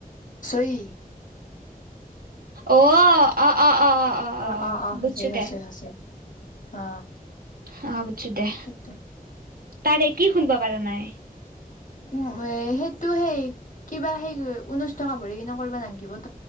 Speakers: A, on the left; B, on the right.
A: ই।
B: অহ অ-অ-অ-অ-অ-অ
A: অ অ অ
B: বুজছো
A: হচৰি
B: দে।
A: হচৰি হচৰি অ
B: হ <unintelligible> চো দে।
A: সেইটো
B: তাৰে এক কি খুলবা পাৰা নাই।
A: উম এ সেইটো সেই কিবা সেই ঊনৈশ টকা ভৰি কিনে কৰিবা নালগিবো।